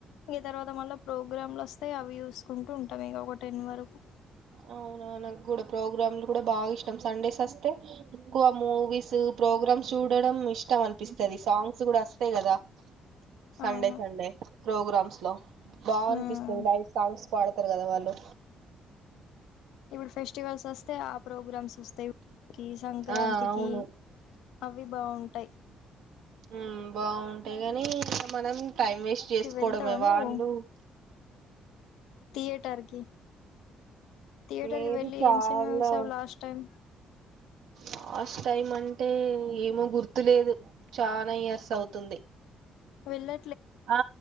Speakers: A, on the left (about 85°); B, on the right (about 80°).
A: ఇగ తర్వాత మళ్ళా ప్రోగ్రామ్లు వొస్తాయి అవి చూసుకుంటూ ఉంటాం ఇగ ఒక టెన్ వరకు
B: అవున్ నా నాగూడ ప్రోగ్రాంలు గూడ బాగ్ ఇష్టం సండేస్ వస్తే ఎక్కువ మూవీస్ ప్రోగ్రామ్స్ చూడడం ఇష్టం అనిపిస్తాది సాంగ్స్ గూడ అస్ తే గదా సండే
A: అవును
B: సండే ప్రోగ్రామ్స్ లో బాగనిపిస్తది
A: ఉమ్
B: లైవ్ సాంగ్స్ పాడతారు గదా వాళ్ళు
A: ఇపుడు ఫెస్టివల్స్ వొస్తే ఆ ప్రోగ్రామ్స్ వొస్తాయి కి సంక్రాంతికి
B: ఆ అవును
A: అవి బావుంటాయి
B: ఉమ్ బాగుంటాయి గానీ మనం టైమ్ వేస్ట్ చేసుకోవడమే
A: కి వెళ్తావా నువ్వు
B: వాళ్ళు
A: థియేటర్ కి థియేటర్
B: లేదు
A: కి వెళ్ళి
B: చాలా
A: ఏం సినిమా చూసావు లాస్ట్ టైం
B: లాస్ట్ టైం అంటే ఏమో గుర్తులేదు చాన ఇయర్స్ అవుతుంది
A: వెళ్ళ
B: ఆ